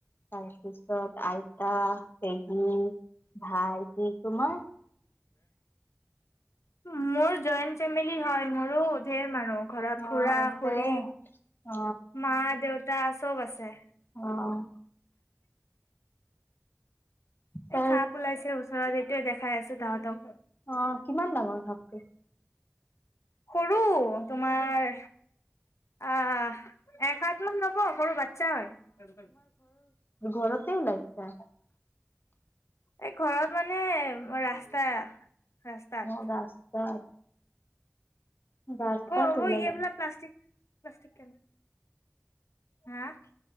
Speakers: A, on the left; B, on the left.
A: তাৰপিছত আইতা, পেহী, ভাইতি তোমাৰ
B: মোৰ জইন ফেমিলী হয় মোৰো ধেৰ মানুহ ঘৰত
A: অ
B: খুৰা,
A: আছে
B: খুুৰী,
A: অ
B: মা দেউতা আছে। চব আছে।
A: অ', তাৰ
B: এ ', সাপ ওলাইছে ওচৰতে তেও দেখাই আছো তাহাঁতক
A: আহ', কিমান ডাঙৰ সাপটো?
B: সৰু তোমাৰ আহ', এক সাত মান ল'ব সৰু বা চ্ছা হয়।
A: ঘৰততে ও লাইছ।
B: এই ঘৰত মানে ৰাস্তা ৰাস্তাত
A: অ ', ৰাস্তাত। ৰাস্তাত
B: অ',
A: ওলাই
B: ইবল প্লাষ্টিক নষ্টিকান হা ',